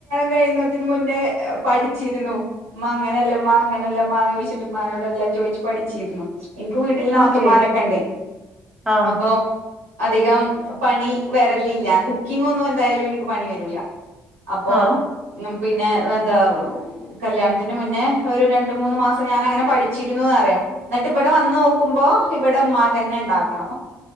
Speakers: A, on the right; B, in the centre.
A: കഴിയുന്നതിനു മുന്നേ പഠിച്ചിരുന്നു. മ അങ്ങനെല്ല മാ അങ്ങനെല്ല മാ എന്ന് ചോദിച്ചിട്ട് ഉമ്മനോട് എല്ലാം ചോദിച്ച് പഠിച്ചിരുന്നു. എനിക്ക് വീട്ടിൽ നാത്തുമാരൊക്കെ
B: ഓക്കെ
A: ഉണ്ട്
B: ആഹ്
A: അപ്പൊ അധികം പണി വരലില്ല കുക്കിംഗ് ഒന്നും എന്തായാലും എനിക്ക് പണി വരൂല അപ്പൊ
B: ആഹ്
A: ഉം പിന്നെ എന്താ കല്യാണത്തിന്റെ മുന്നേ ഒരു രണ്ട് മൂന്ന് മാസം ഞാൻ അങ്ങനെ പഠിച്ചിരുന്നു എന്നറിയാം. എന്നിട്ട് ഇവിടെ വന്നു നോക്കുമ്പോ ഇവിടെ ഉമ്മാക്ക് തന്നെ ഉണ്ടാക്കണോ